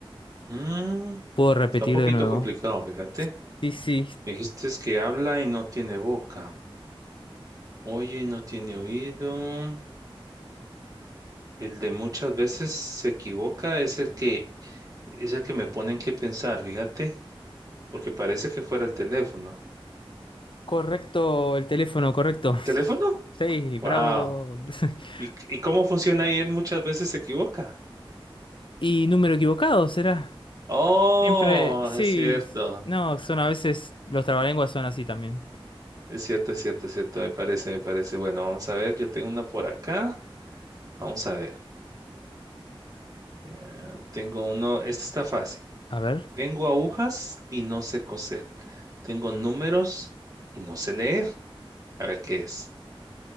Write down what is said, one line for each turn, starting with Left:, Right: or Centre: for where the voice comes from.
Right: Mm,
Left: ¿Puedo repetir
Right: está un poquito
Left: de nuevo?
Right: complicado, fíjate.
Left: Sí, sí,
Right: Me dijiste es que habla y no tiene boca, oye y no tiene oído. El de muchas veces se equivoca es el que es el que me ponen que pensar, fíjate, porque parece que fuera el teléfono.
Left: correcto, el teléfono correcto. <laughs>
Right: ¿El teléfono?
Left: Sí, bravo.
Right: Wow.
Left: <laughs>
Right: ¿Y, y cómo funciona ahí? Él muchas veces se equivoca.
Left: ¿Y número equivocado será?
Right: Oh,
Left: Siempre, sí,
Right: es cierto.
Left: no, son a veces, los trabalenguas son así también.
Right: Es cierto, es cierto, es cierto. Me parece, me parece. Bueno, vamos a ver. Yo tengo una por acá. Vamos a ver. Eh, tengo uno. Este está fácil.
Left: A ver,
Right: Tengo agujas y no sé coser. Tengo números y no sé leer. A ver qué es.